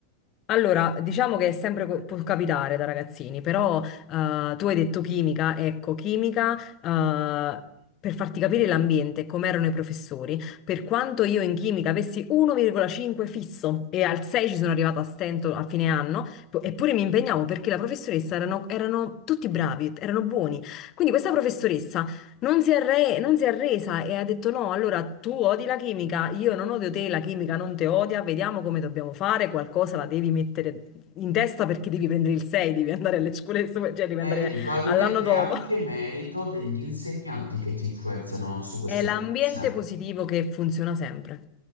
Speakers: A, on the left (about 35°); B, on the right (about 85°).
A: Allora, diciamo che è sempre co- può capitare da ragazzini, però eh, tu hai detto chimica, ecco, chimica, eh, per farti capire l'ambiente, com'erano i professori, per quanto io in chimica avessi 1,5 fisso e al 6 ci sono arrivata a stento a fine anno, po- eppure mi impegnavo perché la professoressa erano, erano tutti bravi, erano buoni. Quindi questa professoressa non si è arre- non si è arresa e ha detto no, allora tu odi la chimica, io non odio te, la chimica non te odia, vediamo come dobbiamo fare, qualcosa la devi mettere in testa perché devi prendere il 6, devi andare alle scuole, superiori, cioè devi
B: Eh,
A: andare
B: vedi, probabilmente
A: all'anno dopo.
B: è anche
A: <laughs>
B: merito degli insegnanti che ti influenzano su queste
A: È l'ambiente
B: cose.
A: positivo che funziona sempre,